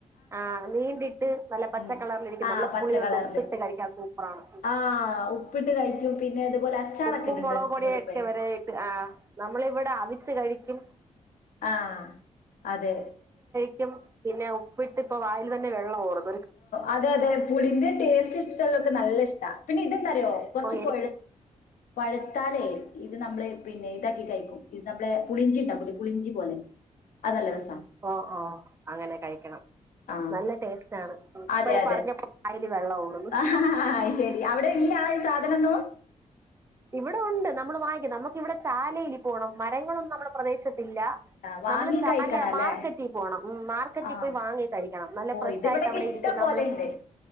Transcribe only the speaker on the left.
ഉം
ആ
പച്ച
കളറില്
ആ ഉപ്പിട്ട് കഴിക്കും പിന്നെ അതുപോലെ അച്ചാറൊക്കെ
ഇടുന്നുണ്ട്
ഇതിനോടിപ്പേ
ആ അതെ
അതെ അതെ പുളിന്റെ ടേസ്റ്റ് ഇഷ്ടള്ളോർക്ക് നല്ല ഇഷ്ട. അതെന്തറിയോ കൊറച്ച്
പഴ് പഴുത്താലേ ഇത് നമ്മള് പിന്നെ ഇതാക്കി കയിക്കും ഇത് നമ്മളെ പുളിഞ്ചി ഇണ്ടാക്കൂലേ പുളിഞ്ചി പോലെ അത് നല്ല രസ
ആ
അതെ അതെ
ആ ശരി അവിടെ ഇല്ല സാധനൊന്നും
ആ, വാങ്ങി
കഴിക്കണം അല്ലേ
ആ
ഓ
ഇത് ഇവിടൊക്കെ ഇഷ്ടം
പോലെ
ഉണ്ട്